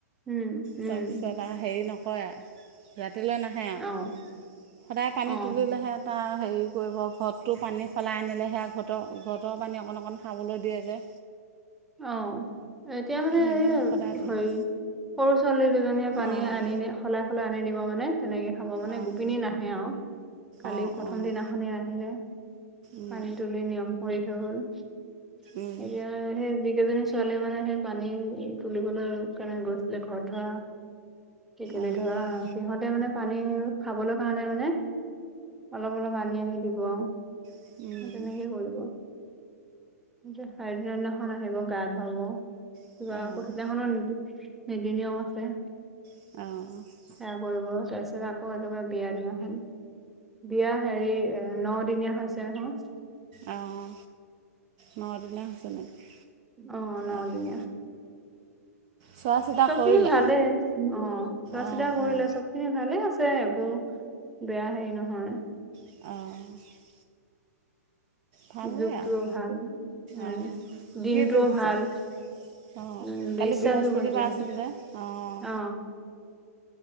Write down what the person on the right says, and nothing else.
তাৰপিছত আৰু হেৰি নকৰে আৰু ৰাতিলৈ না হে আৰু
সদায় পানী
তুলিলেহে তাৰ হেৰি কৰিব ঘতটো পানী সলাই আনিলে সেয়া ঘৰৰ ঘতৰ পানী অকণ অকণ খাবলৈ দিয়ে যে।
সেইকাৰণে
সদায় তোলে
অঁ
অঁ
অঁ
অঁ
উম
উম
অঁ
উম
উম
অঁ।
অঁ নদিনীয়া নেকি
অঁ চোৱা চিতা
কৰিলে
অঁ
অঁ
অঁ। ভালেই
আৰু
অঁ
কি যুগ হৈছে
অঁ
কালি বৃহস্পতিবাৰ
আছিল যে অঁ